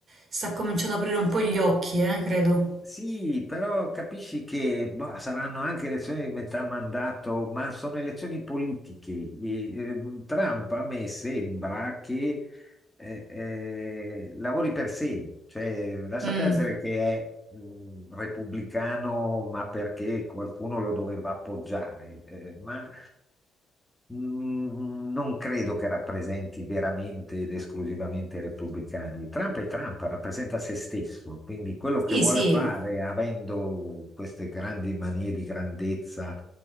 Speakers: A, on the right (about 45°); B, in the centre.
A: sta cominciando ad aprire un po' gli occhi, eh, credo.
B: Sì, però capisci che boh, saranno anche elezioni di metà mandato, ma sono elezioni politiche. E, eh, Trump a me sembra che eh, eh, lavori per sé, cioè lascia
A: Mm.
B: perdere che è mh, repubblicano, ma perché qualcuno lo doveva appoggiare, eh, ma Mm, Non credo che rappresenti veramente ed esclusivamente i repubblicani. Trump è Trump, rappresenta se stesso, quindi quello
A: Sì,
B: che vuole
A: sì.
B: fare, avendo queste grandi manie di grandezza,